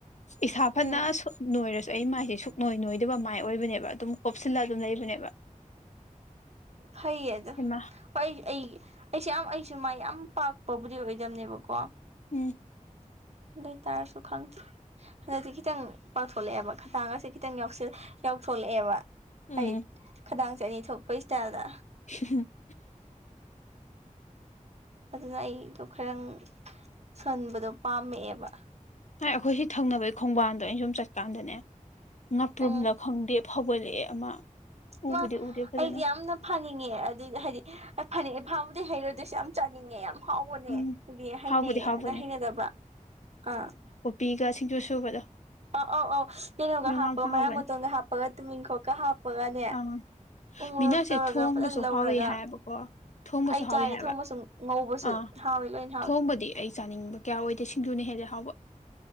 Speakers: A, on the left; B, on the right.
A: ꯏꯁꯥ ꯐꯅ
B: ꯎꯝ
A: ꯅꯣꯏꯔꯁꯨ ꯑꯩ ꯃꯥꯏꯁꯦ ꯁꯨꯛ ꯅꯣꯏ ꯅꯣꯏꯗꯕ ꯃꯥꯏ ꯑꯣꯏꯕꯅꯦꯕ ꯑꯗꯨꯝ ꯀꯣꯞꯁꯤꯜꯂ ꯑꯗꯨꯝ ꯂꯩꯕꯅꯦꯕ <unintelligible>
B: ꯐꯩꯌꯦꯗꯥ
A: ꯍꯩꯃꯥ
B: ꯍꯣꯏ ꯑꯩ ꯑꯩ ꯑꯩꯁꯨꯦ ꯌꯥꯝ ꯑꯩꯁꯨ ꯃꯥꯏ ꯌꯥꯝ ꯄꯥꯛꯄꯕꯨꯗꯤ ꯑꯣꯏꯗꯝꯅꯦꯕꯀꯣ
A: ꯎꯝ
B: ꯑꯗꯨ ꯑꯣꯏꯇꯥꯥꯔꯁꯨ ꯈꯪꯗꯦ ꯍꯟꯗꯛꯇꯤ ꯈꯤꯇꯪ ꯄꯥꯛꯊꯣꯛꯂꯛꯑꯦꯕ ꯈꯟꯗꯥꯡꯒꯁꯦ ꯈꯤꯇꯪ ꯌꯥꯎꯊꯣꯛꯂꯛꯑꯦꯕ
A: ꯎꯝ
B: ꯍꯥꯏ ꯈꯗꯥꯡꯁꯦ ꯑꯅꯤ ꯊꯣꯛꯄ ꯏꯁꯇꯥꯏꯜꯗ
A: <unintelligible>
B: ꯑꯗꯨꯅ ꯑꯩꯗꯣ ꯈꯔꯪ ꯁꯣꯟꯕꯗꯣ ꯄꯥꯝꯃꯛꯑꯦꯕ
A: ꯅꯥꯏ ꯑꯩꯈꯣꯏ ꯁꯤ ꯊꯪꯅꯕꯒꯤ ꯈꯣꯡꯕꯥꯟꯗꯣ ꯑꯩꯅ ꯁꯨꯝ ꯆꯠꯀꯥꯟꯗꯅꯦ ꯉꯥꯄ꯭ꯔꯨꯝꯂ
B: ꯎꯝ
A: ꯈꯪꯗꯦ ꯐꯧꯒꯠꯂꯛꯦ ꯑꯃ ꯎꯕꯨꯗꯤ
B: ꯃꯥ
A: ꯎꯗꯦ ꯐꯖꯅ
B: ꯑꯩꯗꯤ ꯌꯥꯝꯅ ꯐꯅꯤꯡꯉꯦ ꯑꯗꯨꯏ ꯍꯥꯏꯗꯤ ꯐꯅꯤꯡꯉꯦ ꯐꯥꯕꯨꯗꯤ ꯍꯩꯔꯣꯏꯗꯣꯏꯁꯨ ꯌꯥꯝ ꯆꯥꯅꯤꯡꯉꯦ ꯌꯥꯝ ꯐꯥꯎꯕꯅꯦ
A: ꯎꯝ
B: ꯍꯥꯏꯗꯤ ꯍꯩꯅꯩꯌꯦ
A: ꯍꯥꯎꯕꯨꯗꯤ ꯍꯥꯎꯕꯅꯦ
B: ꯅꯪ ꯍꯩꯅꯗꯕ꯭ꯔꯥ ꯑꯥ
A: ꯄꯤꯒ ꯁꯤꯡꯖꯨ ꯁꯨꯕꯗꯣ
B: ꯑꯧ ꯑꯧ ꯑꯧ ꯀꯩꯅꯣꯒ
A: ꯌꯣꯡꯌꯥꯝ
B: ꯍꯥꯞꯄꯒ ꯃꯌꯥꯥꯡ
A: ꯍꯥꯎꯕꯅꯦ
B: ꯃꯇꯣꯟꯒ ꯍꯥꯞꯄꯒ ꯇꯨꯃꯤꯟꯈꯣꯛꯀ ꯍꯥꯞꯄꯒꯅꯦ
A: ꯑꯪ
B: ꯎꯝ ꯃꯣꯔꯣꯛ
A: ꯃꯤꯅꯁꯦ
B: ꯇꯧꯔꯒ
A: ꯊꯣꯡꯕꯁꯨ
B: ꯐꯥꯖꯅ ꯂꯧꯔꯒ
A: ꯍꯥꯎꯋꯦ ꯍꯥꯏꯌꯦꯕꯀꯣ ꯊꯣꯡꯕꯁꯨ
B: ꯑꯩ
A: ꯍꯥꯎꯋꯦ
B: ꯆꯥꯔꯦ
A: ꯍꯥꯏꯕ
B: ꯊꯣꯡꯕꯁꯨ ꯉꯧꯕꯁꯨ
A: ꯑꯥ
B: ꯍꯥꯎꯋꯦ ꯂꯣꯏꯅ ꯍꯥꯎꯋꯦ
A: ꯊꯣꯡꯕꯗꯤ ꯑꯩ ꯆꯥꯅꯤꯡꯕ ꯀꯌꯥ ꯑꯣꯏꯗꯦ ꯁꯤꯡꯖꯨꯅ ꯍꯦꯜꯂꯦ ꯍꯥꯎꯕ